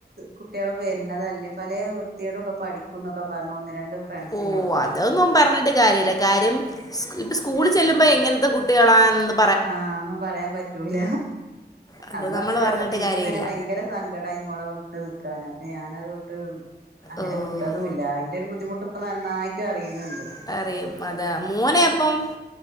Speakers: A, on the right; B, on the left.
A: കുട്ട്യാളും വെര്ണതെല്ലേ പലേ ത്യേടൊക്കെ പഠിക്കുന്നൊക്കെ പറ്ഞ്ഞ് ഒന്ന് രണ്ട് ഫ്രണ്ട്സിനോട്
B: ഓഹ്
A: പറഞ്ഞു
B: അതൊന്നും പറഞ്ഞിട്ട് കാര്യല്ല കാര്യം സ്കൂ ഇപം സ്‌ കൂളിൽ ചെല്ലുമ്പോ എങ്ങനത്ത കുട്ടികളാ എന്നും
A: ആഹ് ഒന്നും പറ്യാൻ പറ്റൂല
B: അത്
A: അന്നത്
B: നമ്മൾ
A: കേട്ടപ്പോ
B: പറഞ്ഞിട്ട്
A: ഇന്ക്കുംതെന്നെ
B: കാര്യമില്ല
A: ഭയ് ങ്കര സങ്കടേനു ഓളെ വിട്ട് നിക്കാന് അപ്പൊ ഞാനതൊട്ട് അങ്ങനെ
B: ഓ
A: വി ട്ടതൂല്ല അയ്ന്റൊരു ബുദ്ധിമുട്ട്പ്പം നന്നായിട്ട് അറിയ്ന്ന്‌ണ്ട്
B: പറയും അതാ മോനെയപ്പം